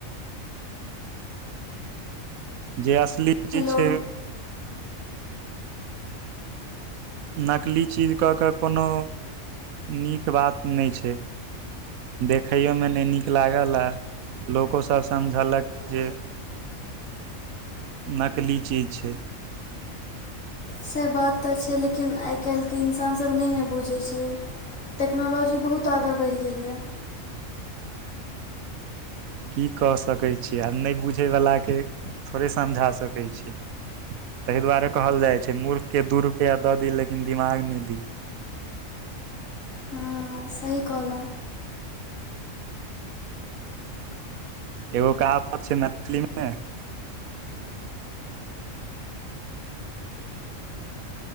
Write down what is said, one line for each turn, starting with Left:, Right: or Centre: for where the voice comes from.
Right: जे असली
Left: हेलो
Right: चीज छै नकली चीज कऽ कऽ कोनो नीक बात नहि छैय देखैयोमे नहि नीक लागल आ लोकोसभ समझलक
Left: <unintelligible>
Right: जे नकली चीज छै
Left: से बात तऽ छैय लेकिन आइ काल्हिके इन्सानसब नै ने बुझै छैय टेक्नोलॉजी बहुत आगाँ बढ़ि गेलै यऽ
Right: की कऽ सकै छी आब नै बुझैवलाके थोड़े समझा सकै छी ताहि दुआरे कहल जाइ छै मूर्खके दू रुपैया दऽ दी लेकिन दिमाग नै दी
Left: हाॅं सही कहलौ
Right: एगो कहावत छै मैथिलीमे